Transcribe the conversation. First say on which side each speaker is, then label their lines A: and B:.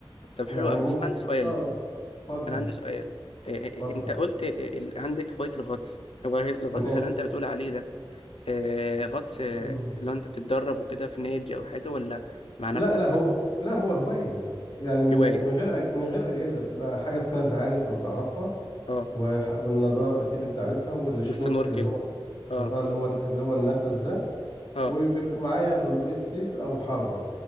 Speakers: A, on the left (about 80°); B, on the left (about 50°).
A: طب
B: يعني
A: حلو قوي
B: ممكن
A: بس انا عندي سؤال
B: اه اتفضل
A: انا عندي سؤال آه آه،
B: اتفضل
A: آه، انت قلت آه، ال- عندك هواية الغطس هو الغطس
B: تمام
A: اللي انت بتقول عليه ده آه، غطس آه،
B: مم.
A: اللي انت بتتدرب وكده في نادي او حاجه ولا مع
B: لا
A: نفسك
B: لا هو لا هو هواية يعني من
A: هوايه
B: من غير أج... من غير أجهزة بتبقى حاجة اسمها زعانف لو تعرفها
A: اه
B: وح... والنضارة أكيد أنت عارفها والشنوركل
A: والسنوركل
B: اللي هو
A: اه
B: اه اللي هو اللي هو النفس ده
A: اه
B: وبيبقى معايا بندقية صيد أو حربة